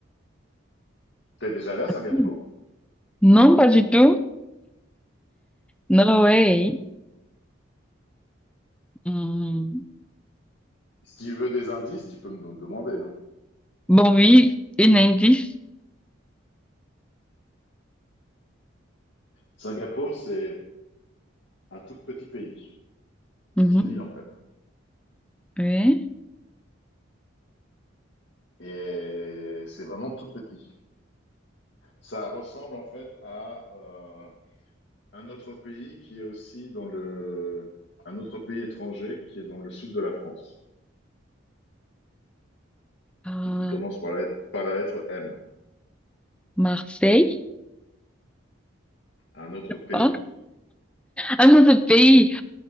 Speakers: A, on the left; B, in the centre.
A: T'es déjà là, Singapour?
B: Hmm. Non, pas du tout. No way. Hmm.
A: Si tu veux des indices, tu peux me le demander, hein.
B: Bon, oui, un indice.
A: Singapour, c'est un tout petit pays.
B: Mhm.
A: C'est une île, en fait.
B: Oui.
A: Et c'est vraiment tout petit. Ça ressemble en fait à euh, un autre pays qui est aussi dans le un autre pays étranger qui est dans le sud de la France
B: Euh,
A: et qui commence par la, par la lettre M,
B: Marseille?
A: un autre pays,
B: Pas? Ah non, ce pays